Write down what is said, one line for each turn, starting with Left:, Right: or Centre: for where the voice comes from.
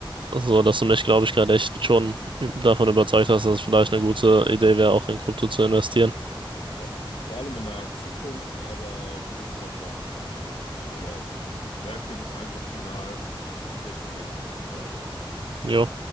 Right: So, dass du mich, glaube ich, gerade echt schon davon überzeugt hast, dass es vielleicht eine gute Idee wäre, auch in Krypto zu investieren.
Left: Ja, vor allem in naher Zukunft, aber muss man schauen, wie Trump damit umgeht. Aber merkt ihr das einfach final, steckt eine Menge Potenzial drin.
Right: Jo.